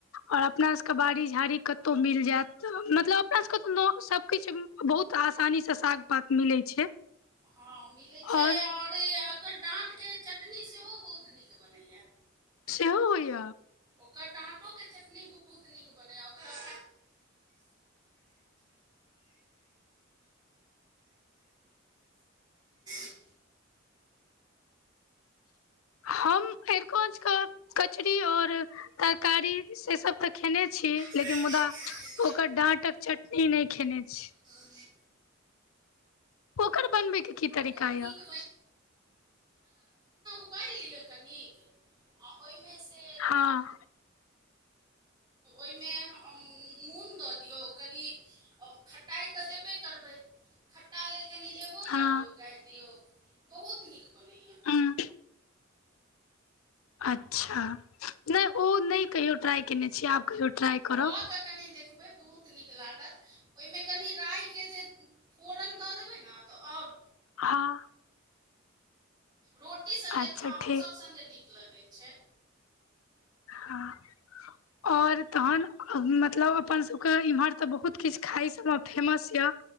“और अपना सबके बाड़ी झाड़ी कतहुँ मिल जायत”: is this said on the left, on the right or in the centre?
Left